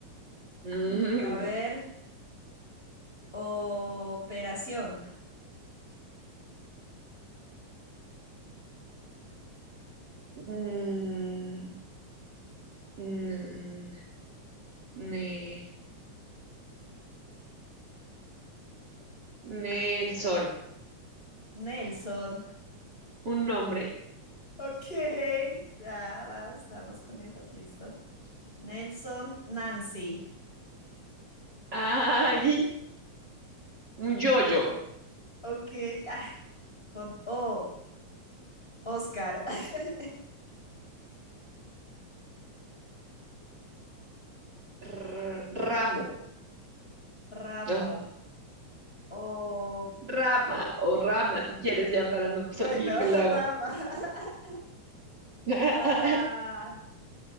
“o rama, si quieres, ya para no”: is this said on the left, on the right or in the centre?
Right